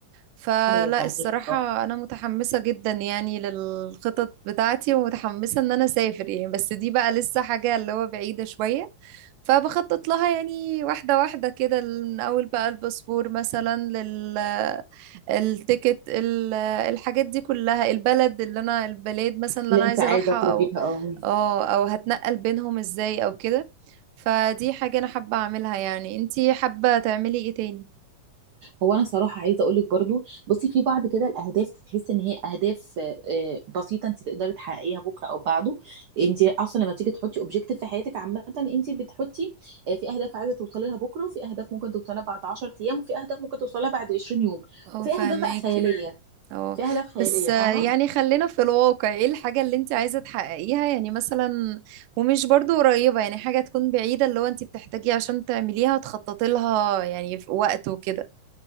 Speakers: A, on the right; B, on the right.
A: فلا
B: ايوه فاهمك
A: الصراحة
B: اه
A: أنا متحمسة جدا يعني للخطط بتاعتي ومتحمسة إن أنا أسافر يعني بس دي بقى لسه حاجة اللي هو بعيدة شوية فبخطط لها يعني واحدة واحدة كده من أول بقى الباسبور مثلا لل التيكت ال- الحاجات دي كلها البلد اللي أنا البلاد مثلا اللي
B: اللي
A: أنا
B: انت
A: عايزة
B: عايزه
A: أروحها
B: تروحيها
A: أو
B: اه
A: أو أو هتنقل بينهم إزاي أو كده فدي حاجة أنا حابة أعملها يعني أنتي حابة تعملي إيه تاني؟
B: هو انا صراحه عايزه اقول لك برضو بصي في بعض كده الاهداف تحس ان هي اهداف آه، آه، بسيطه انت تقدري تحققيها بكره او بعده انت اصلا لما بتيجي تحطي اوبجيكتيف في حياتك عامه انت بتحطي آه، في اهداف عايزه توصلي لها بكره وفي اهداف ممكن توصلها بعد 10 ايام وفي اهداف ممكن توصلها بعد 20 يوم
A: اه
B: وفي
A: فهماك
B: اهداف بقى خياليه
A: اه
B: في اهداف خياليه
A: بس آه،
B: فاهمه
A: يعني خلينا في الواقع ايه الحاجة اللي انت عايزة تحققيها يعني مثلا ومش برضو قريبة يعني حاجة تكون بعيدة اللي هو انت بتحتاجيه عشان تعمليها تخططي لها يعني في وقت وكده